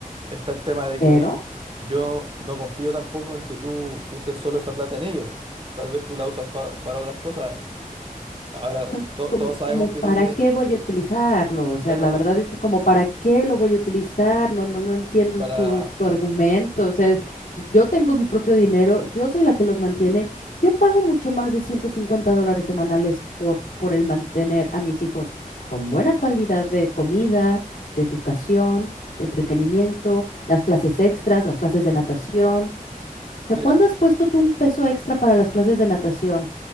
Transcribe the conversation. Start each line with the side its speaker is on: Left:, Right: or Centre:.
Right: está el tema de
Left: Pero
Right: que yo no confío tampoco en que tú uses solo esa plata en ellos. Tal vez tú la usas pa- para otras cosas. Ahora,
Left: ja,
Right: to-
Left: Como,
Right: todos sabemos
Left: como para
Right: que tú tienes,
Left: qué voy a utilizarlo, o
Right: bueno,
Left: sea, la
Right: pa-
Left: verdad es que como para qué lo voy a utilizar, no, no, no entiendo
Right: para,
Left: tu, tu argumento, o sea, yo yo tengo mi propio dinero, yo soy la que los mantiene, yo pago mucho más de 150 dólares semanales por, por el mantener a mis hijos con buena calidad de comida, de educación, de entretenimiento, las clases extras, las clases de natación, o
Right: mira,
Left: sea, ¿cuándo has puesto tú un peso extra para las clases de natación